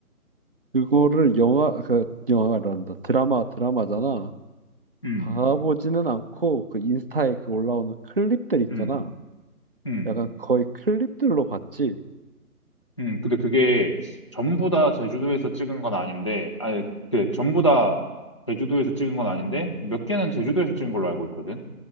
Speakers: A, on the right (about 40°); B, on the left (about 20°).
A: 그거를 영화 그 영화란다 드라마 드라마잖아.
B: 음,
A: 가보지는 않고 그 인스타에 그 올라오는 클립들 있잖아.
B: 음, 음,
A: 약간 거의 클립들로 봤지.
B: 음. 근데 그게 전부
A: 음.
B: 다 제주도에서 찍은 건 아닌데, 아니, 그, 전부 다 제주도에서 찍은 건 아닌데, 몇 개는 제주도에서 찍은 걸로 알고 있거든?